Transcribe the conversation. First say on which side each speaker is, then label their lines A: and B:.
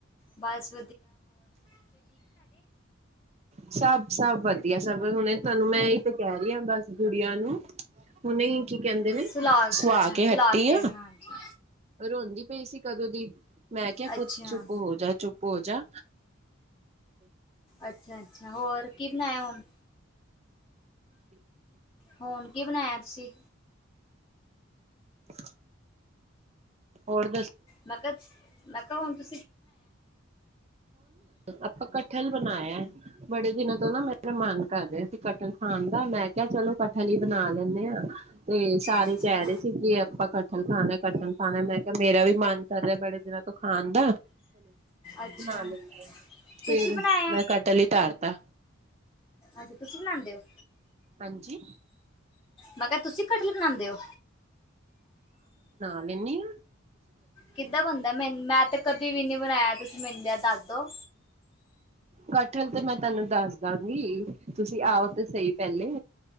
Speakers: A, on the left; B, on the right.
A: ਬਸ
B: ਸਾਬ ਸਾਬ ਵਧੀਆ ਸਰ ਹੁਣ ਤੁਹਾਨੂੰ ਮੈਂ ਇਥੇ ਕਹਿ ਰਹੀ ਆ ਬਸ ਕੁੜੀਆਂ ਨੂੰ ਕੀ ਕਹਿੰਦੇ ਨੇ
A: ਸੁਲਾਖ
B: ਸਵਾ
A: ਅੱਛਾ ਅੱਛਾ
B: ਕੇ
A: ਸੁਲਾਖ
B: ਹੱਟੀ
A: ਕੇ ਹਾਂਜੀ
B: ਢੋਂਦੀ ਪਈ ਸੀ ਕਦੋਂ ਦੀ ਮੈਂ ਕਿਹਾ
A: ਅੱਛਾ
B: ਕੁਝ ਚੁੱਪ ਹੋ ਜਾ ਚੁੱਪ ਪੋਜਾ
A: ਅੱਛਾ ਅੱਛਾ ਹੋਰ ਕੀ ਬਣਾਇਆ ਹੁਣ ਹੁਣ ਕੀ ਬਣਾਇਆ ਤੁਸੀਂ
B: ਹ ਹੋਰ
A: ਮਕ ਬੰਦ
B: ਆਪਾਂ ਕਠਲ ਬਣਾਇਆ ਬੜੇ ਦਿਨਾਂ ਤੋਂ ਨਾ ਮੈਂ ਪ੍ਰਮਾਨ ਕਰ ਰਿਹਾ ਸੀ ਜਾਣਦਾ ਮੈਂ ਕਿਹਾ ਚਲੋ ਹਨੀ ਬਣਾ ਲੈਣੇ ਆ ਤੇ ਸਾਰੇ
A: ਅੱਛਾ
B: ਕਹਿ ਰਹੇ ਸੀ ਵੀ ਆਪਾਂ ਕੱਟਣ ਖਾਨਾ ਕੱਟਣ ਖਾਨਾ ਮੈਂ- ਮੇਰਾ ਵੀ ਮਾਨ ਕਰ ਰਿਹਾ ਬੜੇ ਦਿਨਾਂ ਤੋਂ ਖਾਨ ਦਾ-
A: ਅੱਛਾ
B: ਹਾਂਜੀ
A: ਤੁਸੀਂ
B: ਫੇਰ
A: ਬਣਾਇਆ
B: ਮੈਂ ਕਟਲ ਹੀ ਤਰ ਤਾ
A: ਅੱਛਾ ਤੁਸੀਂ ਬਣਾਂਦੇ ਹੋ।
B: ਹਾਂਜੀ।
A: ਮੈਂ ਕਯਾ ਤੁਸੀ ਕਟਲ ਬਣਾਣਦੇ ਹੋ?
B: ਨਨੀ-
A: ਕਿੱਦਾ ਬਣਦਾ ਹੈ ਮੈਂ ਤੇ ਕਦੀ ਵੀ ਨਹੀਂ ਬਣਾਇਆ ਤੁਸੀ ਮਨੁ ਜਰਾ ਦਸ ਦੋ।
B: ਕਟਲ ਤਾਂ ਮੈਂ ਤੁਹਾਨੂੰ ਦਸ ਦਾਂਗੀ ਤੁਸੀ ਆਓ ਤੇ ਸਹੀ ਪਹਿਲੇ-